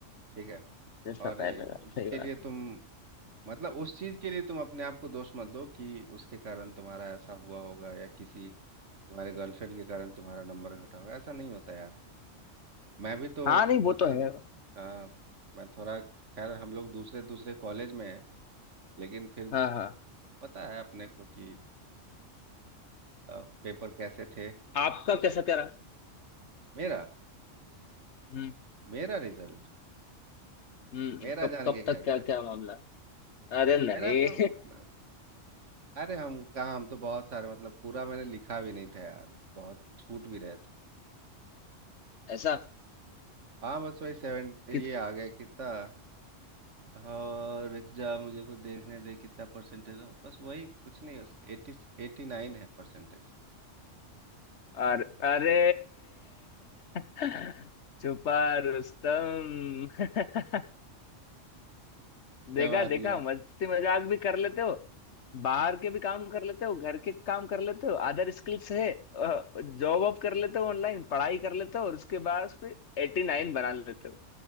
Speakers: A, on the right; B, on the left.
A: ठीक है
B: जैसा
A: और अ,
B: पहले था,
A: इसके
B: सही बात
A: लिए तुम
B: है
A: मतलब उस चीज के लिए तुम अपने आप को दोष मत दो कि उसके कारण तुम्हारा ऐसा हुआ होगा या किसी तुम्हारे गर्लफ्रेंड के कारण तुम्हारा नंबर घटा होगा ऐसा नहीं होता यार मैं भी
B: <clears throat>
A: तो
B: हाँ नहीं
A: मतलब
B: वो तो है
A: हाँ मैं थोड़ा खैर हम लोग दूसरे दूसरे कॉलेज में हैं लेकिन फिर
B: हाँ हाँ
A: पता है अपने को कि अ, पेपर कैसे थे
B: आपका
A: और
B: कैसा क्या रहा
A: मेरा
B: हम्म
A: मेरा रिजल्ट
B: हम्म
A: मेरा
B: कब
A: जान
B: कब
A: के क्या
B: तक क्या
A: करोगे
B: क्या मामला अरे नहीं
A: मेरा तो मतलब अरे हम कहाँ हम तो बहुत सारे मतलब पूरा मैंने लिखा भी नहीं था यार बहुत छूट भी रहे थे
B: <laughs> ऐसा
A: हाँ बस वही सेवन ये
B: कि
A: आ गया कितना और रुक जा मुझे को देखने दे कितना परसेंटेज है बस वही कुछ नहीं बस एटी एटी नाइन है परसेंटेज
B: और अरे <laughs> छुपा रुस्तम <laughs> देखा
A: दबा
B: देखा
A: दिया
B: मस्ती मजाक भी कर लेते हो बाहर के भी काम कर लेते हो घर के काम कर लेते हो अदर स्किल्स है जॉब वॉब कर लेते हो ऑनलाइन पढ़ाई कर लेते हो और उसके बाद फिर एटी नाइन बना लेते हो